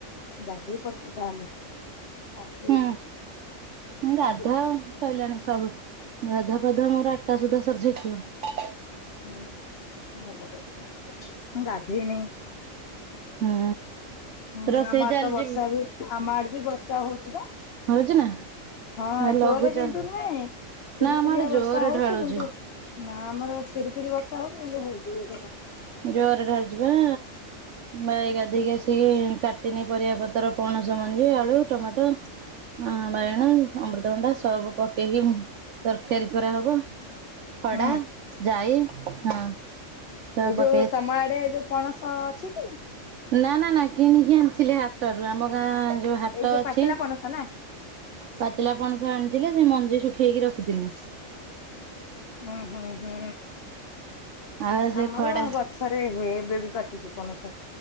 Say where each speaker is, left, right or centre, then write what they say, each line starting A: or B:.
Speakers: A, on the left; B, on the right.
A: ଗାଧେଇ ପଡ଼ିଚୁ ତାହେଲେ। ଗାଧେଇନି
B: ହୁଁ ମୁଁ
A: ଗାଧେ
B: ଗାଧା ସଇଲାଣି ସବୁ। ଗାଧା ପାାଧୁଆ ମୋର ଆଠଟା ସୁଧା ସରିଯାଇଥିବ।
A: ହୁଁ ଭଲ କରିଛ ମୁଁ ଗାଧେଇନି।
B: ହୁଁ।
A: ହୁଁ
B: ରୋଷେଇ
A: ଆମ ଆଡେ
B: ଚାଲିଛି।
A: ତ ବର୍ଷା ବି ଆମ ଆଡ ବି ବର୍ଷା ହଉଛି ବା।
B: ହଉଛି ନା
A: ହଁ
B: ଲଘୁଚାପ
A: ଜୋରେ କିନ୍ତୁ ନୁହେଁ। ଫିରି
B: ନା ଆମ
A: ଫିରିଆ
B: ଆଡେ ଜୋର
A: ବର୍ଷା ହଉଛି
B: ଢାଳୁଛି।
A: କିନ୍ତୁ ନା ଆମର ଫିରି ଫିରି ବର୍ଷା ହଉଛି କିନ୍ତୁ ହୋଇଛି ମେଘ ଟା।
B: ଜୋରେ ଢାଳୁଛି ପରା। ମୁଁ ଏଇ ଗାଧୋଇକି ଆସିକି କାଟିନି ପରିବାପତ୍ର ପଣସ ମଞ୍ଜି ଆଳୁ ଟମାଟୋ। ହଁ ବାଇଗଣ ଅମୃତଭଣ୍ଡା ସବୁ ପକେଇକି ତରକାରୀ କରାହବ। ଗଡା
A: ହୁଁ।
B: ଯାଇ ହଁ। ସବୁ
A: ଏଇ
B: ପକେଇ
A: ଯୋଉ ତମ ଆଡେ ଯୋଉ ପଣସ ଅଛି। କି
B: ନା ନା ନା କିଣିକି ଆଣିଥିଲି ହାଟରୁ ଆମ ଗାଁ ଯୋଉ ହାଟ
A: ଏଇ
B: ଅଛି।
A: ପାଚିଲା ପଣସ ନା?
B: ପାଚିଲା ପଣସ ଆଣିଥିଲି ସେ ମଞ୍ଜି ଶୁଖେଇକି ରଖିଥିଲି।
A: ହୁଁ ହୁଁ ହୁଁ
B: ଆଉ ସେ
A: ଆମର
B: ଖଡା
A: ଗଛରେ ହୁଏ। ଏବ ଏବେ ବି ପାଚୁଛି ପଣସ?